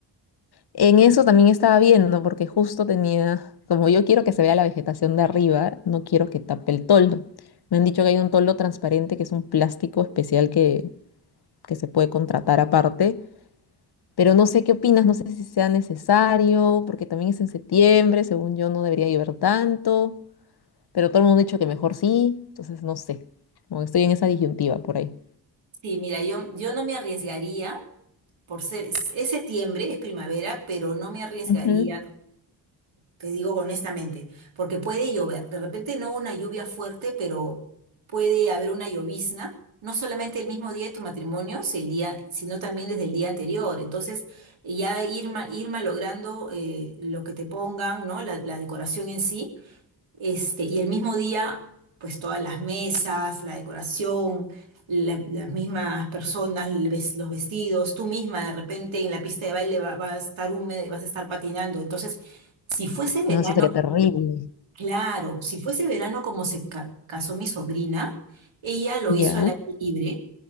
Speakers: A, on the left; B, on the right.
A: En eso también estaba viendo, porque justo tenía, como yo quiero que se vea la vegetación de arriba, no quiero que tape el toldo. Me han dicho que hay un toldo transparente que es un plástico especial que que se puede contratar aparte, pero no sé qué opinas, no sé si sea necesario, porque también es en septiembre, según yo no debería llover tanto, pero todo el mundo ha dicho que mejor sí, entonces no sé, como que estoy en esa disyuntiva por ahí.
B: Sí, mira, yo, yo no me arriesgaría por ser, es es septiembre, es primavera, pero no me arriesgaría
A: Ujú.
B: te digo honestamente, porque puede llover, de repente no una lluvia fuerte, pero puede haber una llovizna, no solamente el mismo día de tu matrimonio, si el día- sino también desde el día anterior. Entonces, ya ir, ma- ir malogrando eh, lo que te pongan, ¿no? La, la decoración en sí este, y el mismo día, pues todas las mesas, la decoración, la- las mismas personas, el ves- los vestidos, tú misma de repente en la pista de baile va, va a estar húmeda y vas a estar patinando. Entonces, si fuese verano,
A: No, eso sería terrible.
B: claro, si fuese verano como se ca- casó mi sobrina, ella lo
A: Ya.
B: hizo al aire libre,